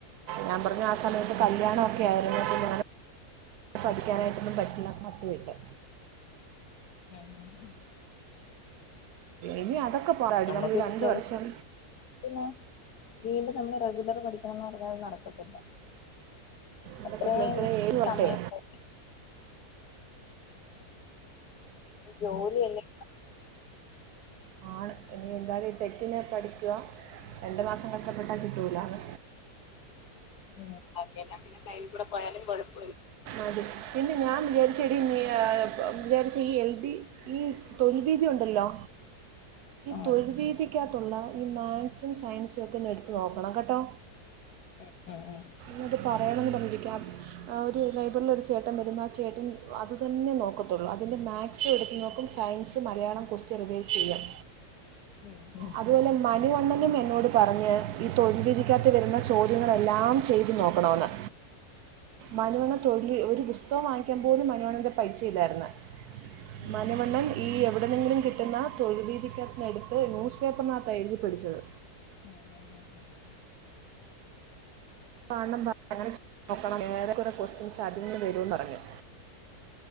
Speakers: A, on the right; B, on the left.
A: ഞാൻ പറഞ്ഞു ആ സമയത്ത് കല്യാണം ഒക്കെ ആയിരുന്നു പഠിക്കാനായിട്ട് ഒന്നും പറ്റില്ല നടത്തി വിട്ട്
B: ആഹ ഉ് ഹ
A: ഇനി അതൊക്കെ പാടി
B: നമ്മക്ക്
A: നമ്മൾ ഈ
B: ഇഷ്ടുള്ള
A: രണ്ട് വർഷം
B: പിന്നീ നമ്മള് റെഗുലർ പഠിക്കണംന്ന് പറഞ്ഞത് നടക്കത്തില്ല
A: അതൊക്കെ
B: അത്രയും
A: പിള്ളേരെ ഏഴ് വട്ടേ
B: സമയം പോ ജോലി അല്ലേ
A: ആണ് ഇനി എന്തായാലും ടെറ്റിനന് പഠിക്കുക രണ്ട് മാസം കഷ്ടപ്പെട്ടാ കിട്ടൂലാണ്
B: ഉ ഓക്കൊ പിന്നെ സൈല കൂടെ പോയാലും കൊഴപ്പം
A: അതെ പിന്നെ ഞാൻ വിചാരിച്ചെടി നീ വിചാരിച്ച ഈ എൽ ഡി ഈ തൊഴിൽ രീതി ഉണ്ടല്ലോ
B: ആഹ്
A: തഴ ക്കത്തുള്ള ഈ മാത്സും സയൻസും ഒക്കെ ഒന്ന് എടുത്ത നോക്കണം കേട്ടോ
B: ഉ ഉം ഉ
A: ഞത് പറയണമെന്ന് പറഞ്ഞിരിക്കുക ഒരു ലൈബ്രൽ ഒരു ചേട്ടൻ വരുമ്പോൾ ആ ചേട്ടൻ അത് തന്നെ നോ നോക്കത്തുള്ളൂ അതിന്റെ മാത്സ എടുു നോക്കും സയൻസ് മലയാള റിവേസ് ചെയ്യാം
B: ഉം ഉം
A: അതുപോലെ മ അനുവണ്ണനും എന്നോട് പറഞ്ഞ് ഈ തൊഴിൽ വിധിക്കാത്ത വരുന്ന ചോദ്യങ്ങളെല്ലാം ചെയ്തു നോക്കണമന്ന് മനോുവണ് തൊഴില് ഒരു പുസ്തകം വാങ്ങിക്കാാന് പോലും മനുവണ്ണന്റെ പൈസ ഇല്ലായിുന്ന
B: ഉം ഉം
A: മനവണ്ണന് ഈ എവിടെയെങ്കിലും കിട്ടുന്ന തൊഴിൽവീതിക്കനടുത്ത് ന്യൂസ് പേപ്പർനാത്ത എഴുതിപ്പ പിടിച്ചത്
B: ഹ ഹ് ഹ
A: പങ്ങനെ നോണം ഏറെ കുറെ ക്വസ്റ്റ്യൻസ് അതിൽന്ന് വരുമന്ന്ിറങ്ങി